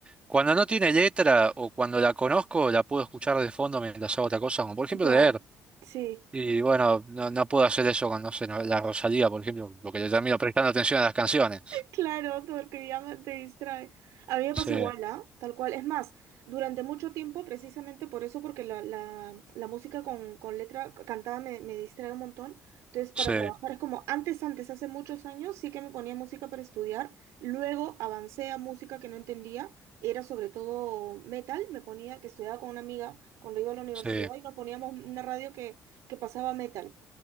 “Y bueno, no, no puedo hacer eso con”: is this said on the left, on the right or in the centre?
Right